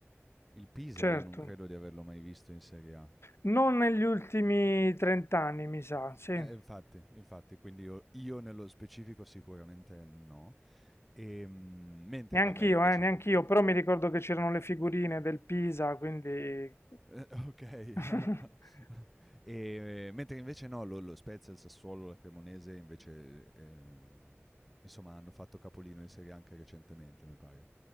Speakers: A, in the centre; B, on the left.
A: il Pisa
B: Certo,
A: io non credo di averlo mai visto in Serie A.
B: non negli ultimi 30 anni, mi sa, sì.
A: Eh, infatti, infatti, quindi io, io nello specifico sicuramente no. Ehm, mentre
B: Neanch'io,
A: vabbè, invece
B: eh, neanch'io,
A: no.
B: però mi ricordo che c'erano le figurine del Pisa, quindi...
A: Eh, okay.
B: <laughs>
A: <laughs> E mentre invece no, lo lo Spezia, il Sassuolo, la Cremonese invece, ehm, insomma hanno fatto capolino in Serie A anche recentemente, mi pare.